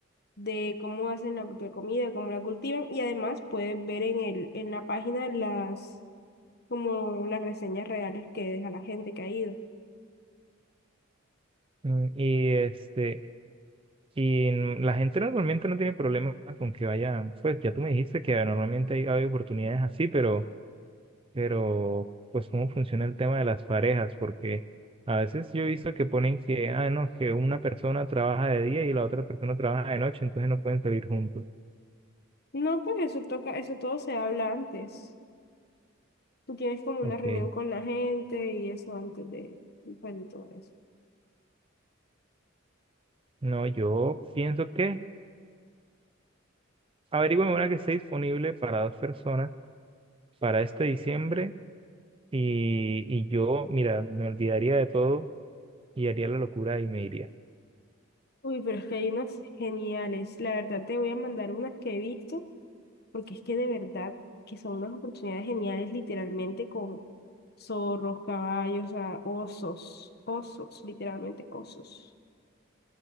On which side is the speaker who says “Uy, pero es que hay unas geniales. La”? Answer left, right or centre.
Left